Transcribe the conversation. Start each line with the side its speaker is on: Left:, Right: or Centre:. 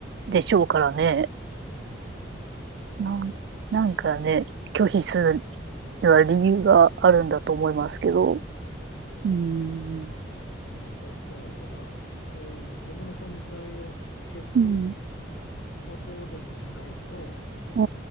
Right: でしょうからね。
Left: うん、
Right: なん、なんかね、拒否するには理由があるんだと思いますけど。
Left: うん。
Right: うん。
Left: 僕からしたら、だから、そういう僕の存在を消す
Right: うん。
Left: ことでもしないと
Right: う